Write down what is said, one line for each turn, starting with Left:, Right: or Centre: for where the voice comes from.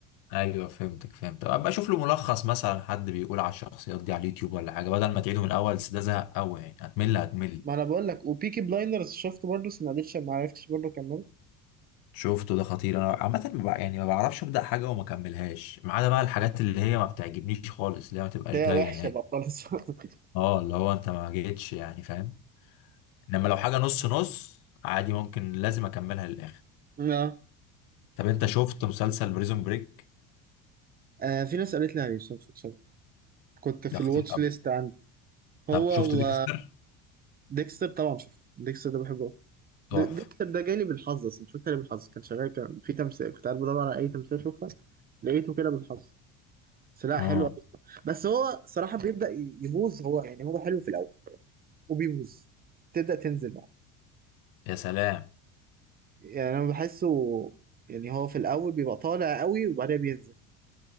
Left: ايوه فهمتك فهمت طب ابقى اشوف له ملخص مثلا حد بيقول على الشخصيات دي على اليوتيوب ولا حاجه بدل ما تعيده من الاول بس ده زهق قوي يعني هتمل هتمل
Right: ما انا بقول لك وبيكي بلايندرز شفته برضه بس ما قدرتش ما عرفتش برضه كملت
Left: شفته ده خطير انا عامه ما بع- يعني ما بعرفش ابدا حاجه وما اكملهاش ما عدا بقى الحاجات اللي هي ما بتعجبنيش خالص اللي هي ما تبقاش
Right: ده
Left: جايه
Right: هي وحشه
Left: نهائي
Right: بقى خالص <laughs>
Left: اه اللي هو انت ما جيتش يعني فاهم انما لو حاجه نص نص عادي ممكن لازم اكملها للاخر
Right: اه
Left: طب انت شفت مسلسل بريزون بريك
Right: آه، في ناس قالت لي عليه بس أنا مش فاكر. كنت في
Left: ده
Right: الواتش
Left: خطير قوي
Right: ليست عندي هو
Left: طب شفت ديكستر
Right: و ديكستر طبعا شفته ديكستر ده بحبه أوي. د-
Left: تحفه
Right: ديكستر ده جالي بالحظ اصلا مش فاكر بالحظ كان شغال كان في تمثيل كنت قاعد بدور على اي تمثيل اشوفها لقيته كده بالحظ بس لا
Left: اه
Right: حلو بس هو صراحة بيبدأ يبوظ هو يعني هو حلو في الأول وبيبوظ تبدأ تنزل بقى
Left: يا سلام
Right: يعني أنا بحسه يعني هو في الأول بيبقى طالع قوي وبعدين بينزل